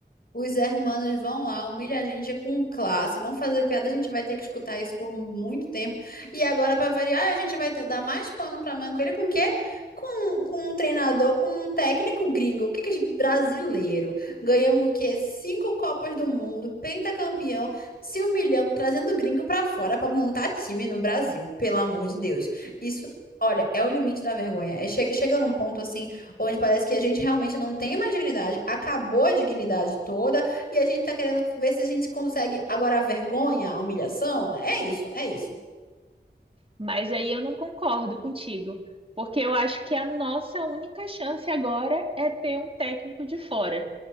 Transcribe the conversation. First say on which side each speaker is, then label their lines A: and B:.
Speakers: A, on the left; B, on the right.
A: Os hermanos vão lá, humilha a gente com classe, vão fazer piada, a gente vai ter que escutar isso por muito tempo. E agora, para variar, a gente vai ter- dar mais pano para manco. com o quê? Com, com um treinador, com um técnico gringo, o que que a gente- brasileiro. Ganhamos o quê? Cinco Copas do Mundo, pentacampeão, se humilhando, trazendo gringo para fora para montar time no Brasil, pelo amor de Deus. Isso, olha, é o limite da vergonha. É, chega, chega num ponto assim onde parece que a gente realmente não tem mais dignidade, acabou a dignidade toda e a gente tá querendo ver se a gente consegue agora a vergonha, a humilhação. É isso, é isso.
B: Mas aí eu não concordo contigo, porque eu acho que a nossa única chance agora é ter um técnico de fora.